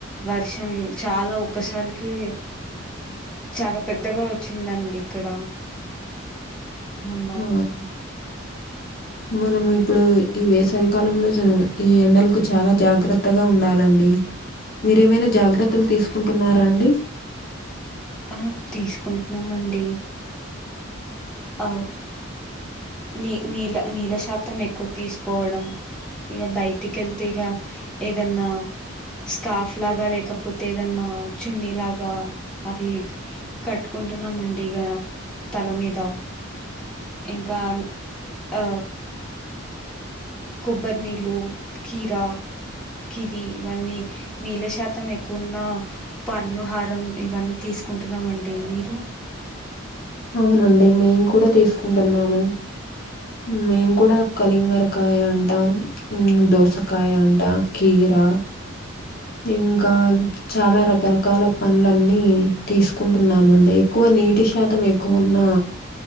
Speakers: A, in the centre; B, on the left.
A: వర్షం చాల ఒక్కసారికే చాల పెద్దగా వచ్చిందండి ఇక్కడ మొన్న
B: అవునా మనము ఇప్పుడూ ఈ వేసవికాలంలో జ ఈ ఎండలకు చాల జాగ్రత్తగా ఉండాలండి మీరేమైన జాగ్రత్తలు తీసుకుంటున్నారా అండి
A: ఆ తీసుకుంట్నామండి అవు నీ నీళ నీల శాతం ఎక్కువ తీసుకోవడం ఇగ బయటికెళ్తే ఇగా ఏదన్నా స్కార్ఫ్ లాగా లేకపోతే ఏదన్నా చున్నీ లాగా అవి కట్టుకుంటున్నామండి ఇగ తల మీద ఇంకా ఆ కొబ్బరి నీళ్ళూ, కీరా కివి ఇవన్నీ నీళ్ళ శాతం ఎక్కువున్నా పండ్లు హారం ఇవన్ తీసుకుంటున్నామండి మీరు
B: అవునండి మేమ్ కూడ తీసుకుంటున్నాము మేం కూడా కలింగరకాయ అంటా ఊ దోసకాయ అంట కీరా ఇంకా చాలా రకరకాల పండ్లన్నీ తీసుకుంటున్నామండి ఎక్కువ నీటి శాతం ఎక్కువ ఉన్నా